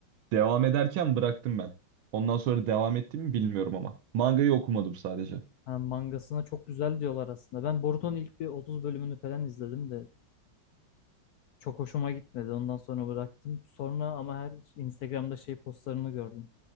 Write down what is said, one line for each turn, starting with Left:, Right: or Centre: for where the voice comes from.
Right: Devam ederken bıraktım ben. Ondan sonra devam ettim mi bilmiyorum ama. Mangayı okumadım sadece.
Left: Ha, mangasına çok güzel diyorlar aslında. Ben Boruto'nun ilk bir 30 bölümünü falan izledim de çok hoşuma gitmedi. Ondan sonra bıraktım. Sonra ama her Instagram'da şey postlarını gördüm.